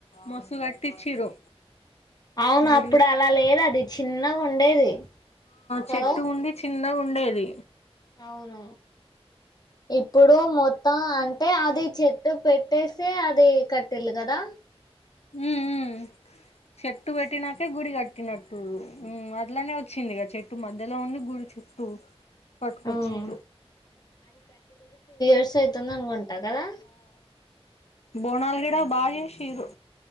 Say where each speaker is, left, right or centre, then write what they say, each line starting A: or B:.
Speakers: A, on the left; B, on the left.
A: మస్తు కట్టిచ్చిరు
B: అవును
A: గుడి
B: అప్పుడు అలా లేదు అది చిన్నగా ఉండేది కదా
A: చెట్టు ఉండి చిన్నగా ఆ ఉండేది
B: అవున ఇప్పుడు మొత్తం అంటే అది చెట్టు పెట్టేసి అది కట్టిళ్ళ కదా
A: ఆ ఆ చెట్టు పెట్టినాకే గుడిగాట్టినట్టు అట్లనే వచ్చింది చెట్టు మధ్య మద్యలో ఉంది గుడి చుట్టూ కట్కొచ్చు
B: ఉమ్ మంత్స్ అవుతుంది అనుకుంటా కదా
A: బోనాల్ గిడ బాగ్ జేషీర్రు